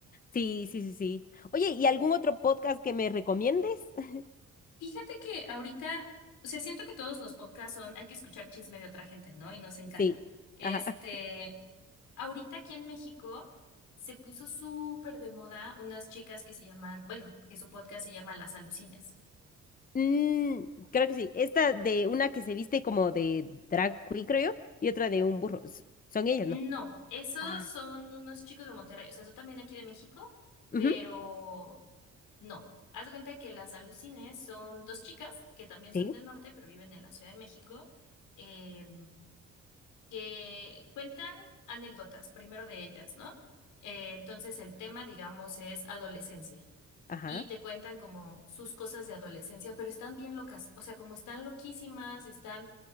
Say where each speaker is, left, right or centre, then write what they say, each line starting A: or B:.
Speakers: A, on the left; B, on the left.
A: Sí, sí, sí, sí. Oye, ¿y algún otro podcast que me recomiendes? <laughs>
B: Fíjate que ahorita, o sea, siento que todos los podcasts son, hay que escuchar chisme de otra gente, ¿no? Y nos encanta.
A: Sí.
B: Este.
A: Ajá.
B: Ahorita aquí en México se puso súper de moda unas chicas que se llaman, bueno, que su podcast se llama Las Alucines.
A: Mm, creo que sí. Esta de una que se viste como de drag queen, creo yo, y otra de un burro. S- Son ellas,
B: No,
A: ¿no?
B: esos
A: Ah.
B: son unos chicos de Monterrey, o sea, son también aquí de México,
A: Ujú,
B: pero no. Haz de cuenta que Las Alucines son dos chicas que también
A: Sí.
B: son del norte, pero viven en la Ciudad de México, eh, que cuentan anécdotas, primero de ellas, ¿no? Eh, entonces el tema, digamos, es adolescencia.
A: Ajá.
B: y te cuentan como sus cosas de adolescencia, pero están bien locas, o sea, como están loquísimas, están,